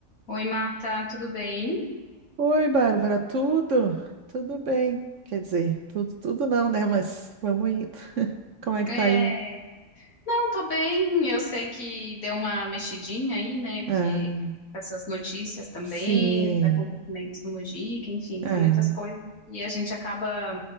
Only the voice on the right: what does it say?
Oi, Bárbara, tudo? Tudo bem? Quer dizer, tudo, tudo não, né? Mas vamos indo. <laughs> Como é que
tá aí?
Ah,
sim.
Ah,